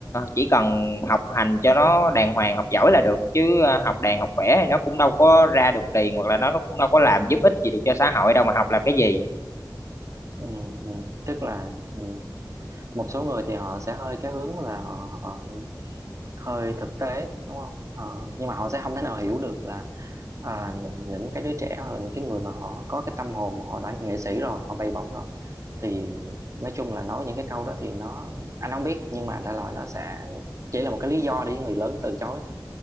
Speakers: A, on the left; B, on the right.
A: chỉ cần học hành cho nó đàng hoàng học giỏi là được chứ ờ, học đàn học vẽ thì nó cũng đâu có ra được tiền hoặc là nó nó cũng đâu có làm giúp ích gì được cho xã hội đâu mà học làm cái gì
B: ừ, ừ. tức là ừ. một số người thì họ sẽ hơi cái hướng là họ, họ hơi thực tế đúng không Họ- nhưng mà họ sẽ không thể nào hiểu được là à, những cái đứa trẻ hoặc là những cái người mà họ có cái tâm hồn mà họ đã nghệ sĩ rồi họ bay bổng rồi thì nói chung là nói những cái câu đó thì nó anh không biết nhưng mà đại loại nó sẽ chỉ là một cái lý do để người lớn từ chối thôi